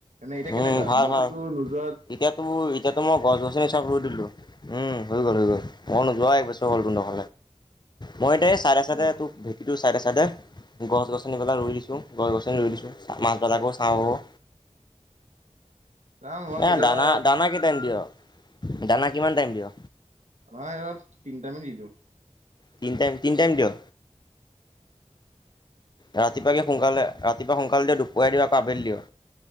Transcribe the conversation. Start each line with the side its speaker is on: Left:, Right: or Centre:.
Right: এতিয়া কেনেকুৱা?
Left: উম ভাল
Right: মোৰতো
Left: ভাল
Right: তোৰ দুজনে
Left: এতিয়াতো এতিয়াতো মই গছ গছনি চব ৰুই দিলো। উম হৈ গ'ল হৈ গ'ল মই নোযোৱা একবছৰ হ'ল তক মই এতিয়া এই চাইডে চাইডে
Right: অ
Left: তোক ভেটিটো চাইডে চাইডে গছ গছনিবিলাক ৰুই দিছোঁ। গছ গছনি ৰুই দিছো মাছবিলাকো চাওঁ হব
Right: যাম মই কেতিয়াবা
Left: এ দানা দানা কেই টাইম দিয় দানা কিমান টাইম দিয়?
Right: অ তিন টাইমে দি দিওঁ।
Left: তিনি টাইম তিনি টাইম দিয় ৰাতিপুৱা কি সোনকালে ৰাতিপুৱা সোনকালে দিয়, দুপৰিয়া দিয় আৰু আবেলি দিয়।